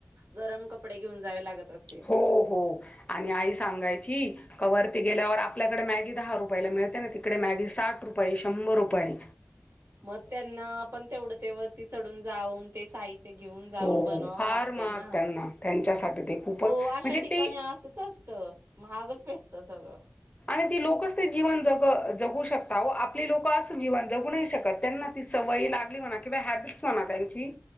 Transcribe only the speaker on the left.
हो हो आनी आई सांगायची कवर गेल्यावर आपल्याकड मॅगी दहा रुपयला मिळते ना तिकडे मॅगी साठ रुपये शंभर रुपय
हो
फार
महाग
त्यांना त्यांच्यासाठी ते खूपच
म्हणजे
ते
आणि ती लोकचं ते जीवन जग जगू शकता ओ आपली लोकं आज जीवन जगू नाही शकत त्यांना ती सवय ही लागली म्हणा ना किंवा ह्याबीटस म्हणा त्यांची...